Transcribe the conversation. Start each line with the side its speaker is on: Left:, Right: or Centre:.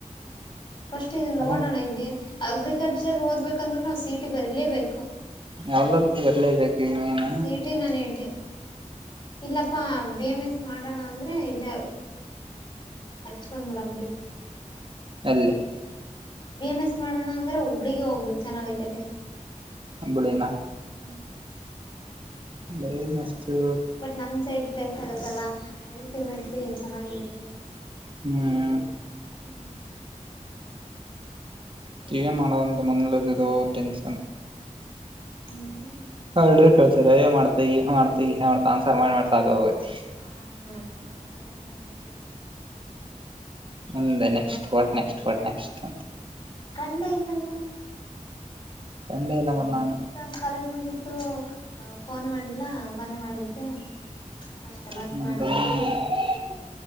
Left: ಫಸ್ಟ್ ಇದದು ನೋಡೋಣ
Right: ಅದ
Left: ಇದ ಅಗ್ರಿಕಲ್ಚರ್ ಓದ್ಬೇಕಂದ್ರರು ನಾವು ಸಿ ಈ ಟಿ ಬರೀಲೇಬೇಕು
Right: ಎಲ್ಲದಕ್ಕೂ ಬರ್ಲೇಬೇಕು ಏನು
Left: ಹ್ಮ್ ಸಿ ಈ ಟಿ ನಾನನ್ ಹೇಳಟ ಇಲ್ಲಪ್ಪಾ ಬಿ ಎ ಎಂ ಎಸ್ ಮಾಡೋಣ ಅಂದ್ರೆ ಇಲ್ಲ ಹಚ್ ಬಂದ್ ಬಿಿಡಮ್ರರಿ
Right: ಏ ಲ್ಲೇ
Left: ಬಿ ಎಎಂ ಎಸ್ ಮಾಡೋಣ ಅಂದ್ರೆ ಹುಬ್ಬಳ್ಳಿಳಿಗೆ ಹೋಗ್ಬೇಕು ಚೆನ್ನಾಗೀತೆ
Right: ಹುಬ್ಬಳಿನ
Left: ಹ್ಮ...
Right: ಬಿ ಎ ಎಂ ಎಸ್ ದೂ
Left: ಬಟ್ ನಮ್ ಸೈಡ್ ಪ್ಲೇಸ್ ಆಗತ್ತಲ್ಲಾ ಅಲ್ಟಿಮೇಟ್ಲಿ ಚೆನ್ನಾಗಿರುತ್ತೆ
Right: ಹ್ಮ್
Left: ಹ್ಮ...
Right: ಏನ್ ಮಾಡೋಂದು <unintelligible> ಟೆನ್ಷನ್
Left: ಹ್ಮ
Right: ಅಲ್ರಿ ಕೆಳ್ತಾರ ಎನ್ ಮಾಡ್ತಿ ಎನ್ ಮಾಡ್ತಿ <unintelligible> ಆನ್ಸರ್ ಮಾಡ್ ಮಾಡ್ ಸಾಕಾಗಿ ಹೋಗೈತಿ.
Left: ಹ ನಮ್ಮನೇಲು ಹಂಗೆ.
Right: ಮುಂದೆ next what next what next ಅಂತ.
Left: ಕಂಡೆ ಇಲ್ಲಲ್ಲೋ.
Right: ಕಂಡೆಇಲ್ಲಮ ನಾನು.
Left: ನಮ್ ಕಾಲೇಜ್ ಮುಗಿತ್ತು ಅ ಫೋನು ಮಾಡಿಲ್ಲ ಮನ್ನೆ ಮಾಡಿದ್ದೆ. ಅಷ್ಟೆ
Right: <unintelligible>
Left: ಮತ್ ಮಾಡೇ ಇಲ್ಲ